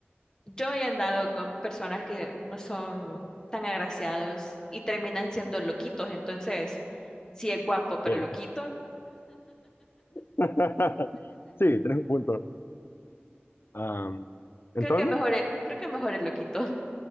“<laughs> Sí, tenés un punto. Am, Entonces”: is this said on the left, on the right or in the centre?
Left